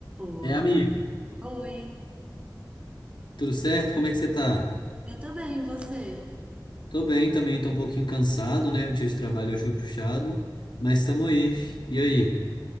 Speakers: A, on the right; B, on the left.
A: Oi.
B: É, amiga,
A: Oi.
B: tudo certo? Como é que você tá?
A: Eu tô bem, e você?
B: Tô bem também, tô um pouquinho cansado, né? O dia de trabalho hoje foi puxado, mas estamos aí. E aí?